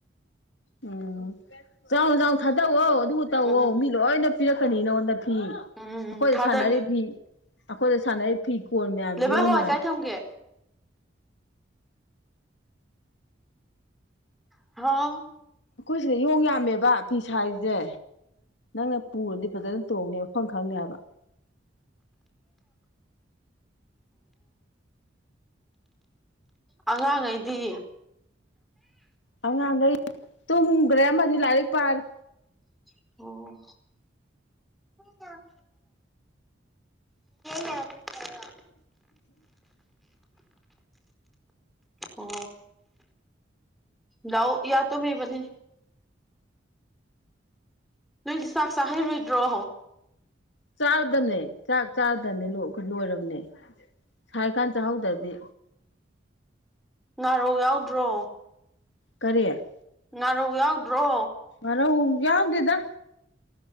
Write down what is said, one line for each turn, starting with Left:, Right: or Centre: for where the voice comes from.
Left: ꯎꯝ ꯆꯥꯎꯎ ꯆꯥꯎꯎ ꯊꯥꯗꯑꯣ ꯑꯗꯨ ꯇꯧꯋꯣ
Centre: ꯎꯝ
Left: ꯃꯤ ꯂꯣꯏꯅ ꯄꯤꯔꯛꯀꯅꯤ ꯅꯉꯣꯟꯗ ꯐꯤ
Centre: ꯎꯝ
Left: ꯑꯩꯈꯣꯏꯗ
Centre: ꯊꯥꯗꯒꯦ
Left: ꯁꯥꯟꯅꯔꯤꯕ ꯐꯤ ꯑꯩꯈꯣꯏꯗ ꯁꯥꯟꯅꯩ ꯐꯤꯀꯣꯜ ꯃꯌꯥꯝ
Centre: ꯂꯩꯕꯥꯛ
Left: ꯌꯦꯉꯣꯡ
Centre: ꯍꯋꯥꯏ
Left: ꯃꯌꯥꯝꯁꯦ
Centre: ꯀꯥꯏ ꯊꯝꯒꯦ ꯍꯥꯎ
Left: ꯑꯩꯈꯣꯏ ꯁꯤꯗ ꯌꯣꯡ ꯌꯥꯝꯃꯦꯕ ꯐꯤꯁꯁꯦ ꯅꯪꯅ ꯄꯨꯔꯗꯤ ꯐꯖꯅ ꯇꯣꯡꯉꯦꯕ ꯃꯐꯝ ꯈꯪꯗꯦ ꯍꯥꯏꯕ
Centre: <inaudible> ꯑꯉꯥꯡꯉꯩꯗꯤ
Left: ꯑꯉꯥꯡꯈꯩ ꯇꯨꯝꯈ꯭ꯔꯦ ꯑꯃꯗꯤ ꯂꯥꯏꯔꯤꯛ ꯄꯥꯔꯤ
Centre: ꯎ ꯑꯣ ꯂꯗ ꯌ ꯀꯔ
Left: <inaudible>
Centre: ꯑꯣ ꯌꯥꯎ ꯌꯥ ꯇꯣ ꯃꯤꯕꯅꯤ ꯅꯣꯏꯗꯤ ꯆꯥꯛ ꯆꯥꯍꯩꯔꯣꯏꯗ꯭ꯔꯣ
Left: ꯆꯥꯔꯗꯕꯅꯦ ꯆꯥꯛ ꯆꯥꯗꯕꯅꯦ ꯑꯩꯈꯣꯏ ꯂꯣꯏꯔꯕꯅꯦ ꯁꯔꯤꯀꯥꯟ ꯆꯥꯛꯍꯧꯗ꯭ꯔꯗꯤ
Centre: ꯉꯥꯔꯣ ꯌꯥꯎꯗ꯭ꯔꯣ
Left: ꯀꯔꯦ
Centre: ꯉꯥꯔꯧ ꯌꯥꯎꯗ꯭ꯔꯣ
Left: ꯃꯔꯣ ꯌꯥꯎꯗꯗ